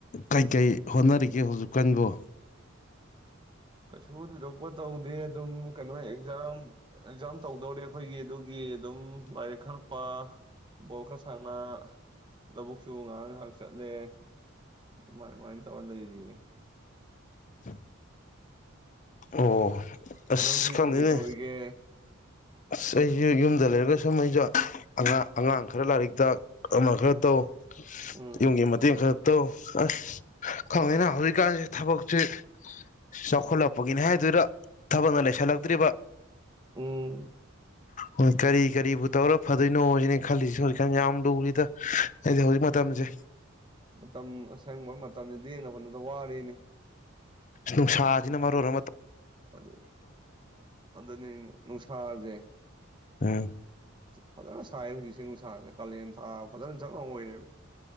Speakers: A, on the left (about 35°); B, on the right (about 25°).
A: ꯀꯩꯀꯩ ꯍꯣꯠꯅꯔꯤꯒꯦ ꯍꯧꯖꯤꯛꯀꯥꯟꯕꯨ
B: ꯀꯩꯁꯨ ꯊꯣꯏꯗꯣꯛꯄ ꯇꯧꯗꯦ ꯑꯗꯨꯝ ꯀꯩꯅꯣ ꯑꯦꯛꯖꯥꯝ ꯑꯦꯛꯖꯥꯝ ꯇꯧꯗꯧꯔꯦ ꯑꯩꯈꯣꯏꯒꯤ ꯑꯗꯨꯒꯤ ꯑꯗꯨꯝ ꯂꯥꯏꯔꯤꯛ ꯈꯔꯄ ꯕꯣꯜ ꯈꯔ ꯁꯥꯟꯅ ꯂꯧꯕꯨꯛꯁꯨ ꯉꯥꯏꯍꯥꯛ ꯉꯥꯏꯍꯥꯛ ꯆꯠꯂꯦ ꯑꯗꯨꯃꯥꯏ ꯑꯗꯨꯃꯥꯏꯅ ꯇꯧꯔ ꯂꯩꯔꯤꯌꯦ
A: <unintelligible> ꯑꯣ ꯑꯁ
B: ꯅꯪꯗꯤ ꯀꯩꯀꯔꯤ
A: ꯈꯪꯗꯦꯅꯦ
B: ꯇꯧꯔꯤꯒꯦ
A: ꯑꯁ ꯑꯩꯁꯨ ꯌꯨꯝꯗ ꯂꯩꯔꯒ ꯁꯨꯝ ꯑꯩꯁꯨꯥꯡ ꯑꯉꯥꯡ ꯈꯔ ꯂꯥꯏꯔꯤꯛꯇ ꯑꯃ ꯈꯔ ꯇꯧ
B: ꯎꯝ
A: ꯏꯡꯦ ꯃ ꯈ ꯑ ꯑꯁ ꯈꯪꯉꯤꯅ ꯍꯧꯖꯤꯛꯀꯥꯟꯁꯦ ꯊꯕꯛꯁꯤꯦ ꯆꯥꯎꯈꯠꯂꯛꯄꯒꯤꯅꯤ ꯍꯥꯏꯗꯨꯣꯏꯔ ꯊꯕꯛꯅ ꯂꯩꯁꯜꯂꯛꯇ꯭ꯔꯤꯕ
B: ꯎꯝ
A: ꯍ ꯀꯔꯤ ꯀꯔꯤꯕꯨ ꯇꯧꯔ ꯐꯗꯣꯏꯅꯣꯖꯤꯅꯦ ꯈꯜꯂꯤꯁꯦ ꯍꯧꯖꯤꯛꯀꯥꯟ ꯌꯥꯝ ꯂꯨꯔꯤꯗ ꯑꯩꯗꯤ ꯍꯧꯖꯤꯛ ꯃꯇꯝꯁꯦ
B: ꯃꯇꯝ ꯑꯁꯪꯕ ꯃꯇꯝꯁꯤꯗꯤꯦꯟꯅ ꯍꯣꯠꯅꯗ ꯋꯥꯔꯤꯔꯤꯅꯤ
A: ꯅꯨꯡꯁꯥꯁꯤꯅ ꯃꯔ ꯑꯣꯏꯔ
B: ꯑꯗꯨ ꯑꯗꯨꯅꯤ ꯅꯨꯡꯁꯥꯁꯦ
A: ꯎꯝ
B: ꯐꯖꯅ ꯁꯥꯏ ꯍꯧꯖꯤꯛꯁꯦ ꯅꯨꯡꯁꯥꯁꯦ ꯀꯥꯂꯦꯟ ꯊꯥ ꯐꯖꯅ ꯆꯞ ꯑꯃ ꯑꯣꯏꯔꯦꯕ